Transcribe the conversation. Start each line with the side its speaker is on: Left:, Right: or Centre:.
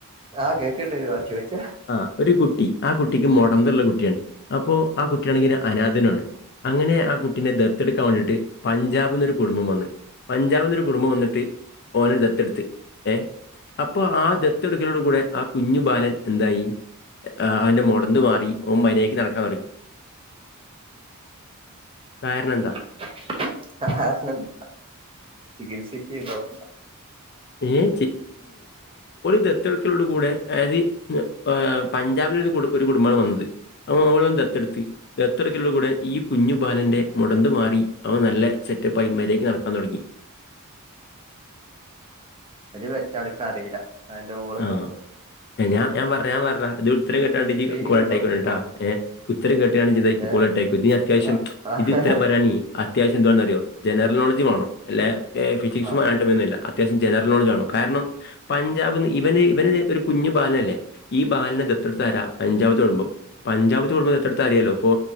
Right: ആഹ് കേൾക്കുണ്ട് ചോയ്ച്ച
Left: ആ ഒരു കുട്ടി ആ കുട്ടിക്ക് മൊടന്തുള്ള കുട്ടിയാണ് അപ്പൊ ആ കുട്ടിയാണെങ്കിൽ അനാഥനണ് അങ്ങനെ ആ കുട്ടിനെ ദത്ത് എടുക്കാൻ വേണ്ടിയിട്ട് പഞ്ചാബിന്ന് ഒരു കുടുംബം വന്നു പഞ്ചാബിന്ന് ഒരു കുടുംബം വന്നിട്ട് ഒനേ ദത്തെടുത്ത് ഏഹ അപ്പൊ ആ ദെത്തെടുക്കലോടു കൂടെ ആ കുഞ്ഞു ബാലൻ എന്തായി ആ് അവന്റെ മുടഥ് മാറി ഓൻ മര്യാദക്ക് നടക്കാൻ തുടങ്ങി കാരണം എന്താ
Right: <unintelligible>
Left: <unintelligible> ദത്തെടുക്കലോട്കൂടെ അതായത് ആഹ് പഞ്ചാബില ഒരു ഒരു കുടുംബമാണ് വന്നത് <unintelligible> ടുത്ത് ദത്ത് എടുക്കലോടു കൂടെ ഈ കുഞ്ഞു ബാലന്റെറെ മുടന്ത് മാറി അവൻ നല്ല സെറ്റപ്പായി മര്യാദക്ക് നടക്കാൻ തുടങ്ങി
Right: അത് വെച്ചളിക്ക അറിയില്ല അതിന്റെ ഊള
Left: ആ
Right: കോസ്റ്റിയൻ
Left: ഏ ഞാഞാൻ പറ ഞാൻ പറഞ്ഞ ഉത്തരം കിട്ടണ്ട് നി
Right: ക്ലീനിങ്
Left: <unintelligible>
Right: ഉണ്ടോ ഇപ്പോ
Left: ഏ ഉത്തരം കേട്ടുകാണ് <unintelligible>
Right: ഏഹ്
Left: കോൾ കട്ടായി പോയി ഇാ അത്യാവശ്യം
Right: ആഹ് ആഹ്
Left: ഇത് ഉത്തരം പറാ നീ അത്യാവശ്യം എന്തുവാന്ന് അറിയോ ജനറൽ നോൾഡ്ജ് വേണം അല്ലെ ഫ്യ്സിക്സും
Right: ആഹ്
Left: ആനോടോമി യൊന്നും അല്ല അത്യാവശ്യം ജനറൽ നോൾഡ്ജ് ആവണം കാരണം പഞ്ചാബിന്ന് ഇവന് ഇവന് ഒരു കുഞ്ഞു ബാലൻ അല്ലേ ഈ ബാലനേ ദത്ത്എടുത്തയരാ
Right: ഉം
Left: പഞ്ചാബത്ത് കുടുംബം പഞ്ചാബത്ത് കുടുംബം ദത്ത്എടുത്താറിയാലോ ഇപ്പോ